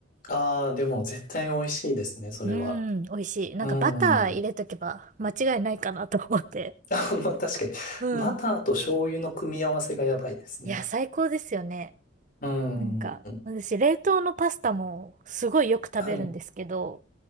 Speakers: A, on the left; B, on the right.
A: ああ、でも絶対美味しいですね、それは。
B: うん、美味しい。なんかバター入れとけば間違いないかなと思って。
A: うん。<laughs> まあ確かに、
B: うん。
A: バターと醤油の組み合わせがやばいですね。
B: いや、最高ですよね。
A: うん。
B: なんか、私、冷凍のパスタもすごいよく食べるんですけど、
A: はい。